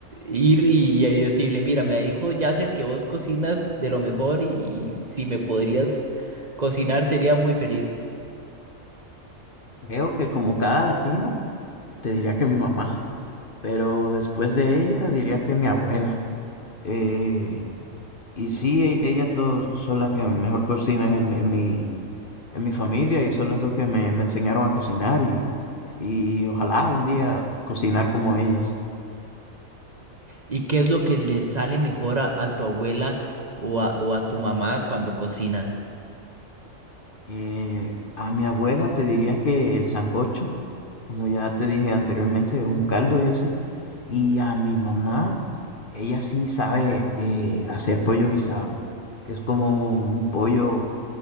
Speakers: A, on the right; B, on the left.
A: ir y, y decirle, mira, me dijo Yasser que vos cocinas de lo mejor y, y si me podrías cocinar sería muy feliz.
B: Creo que como cada latino, te diría que mi mamá. pero después de ella diría que mi abuela. Eh, y sí, e- ellas dos son las que mejor cocinan en mi, en mi, en mi familia y son las dos que me, me enseñaron a cocinar y, y ojalá un día cocinar como ellas.
A: ¿Y qué es lo que le sale mejor a, a tu abuela o a, o a tu mamá cuando cocinas?
B: Eh, a mi abuela te diría que el sancocho, como ya te dije anteriormente, es un caldo y así. Y a mi mamá, ella sí sabe eh, hacer pollo guisado, que es como un pollo